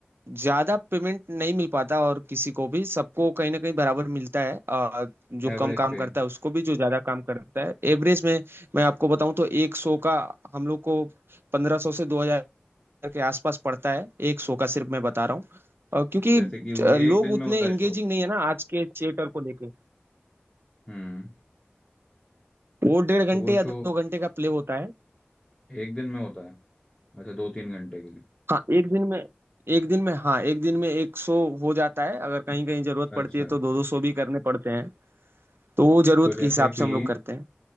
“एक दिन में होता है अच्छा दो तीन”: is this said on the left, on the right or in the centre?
Centre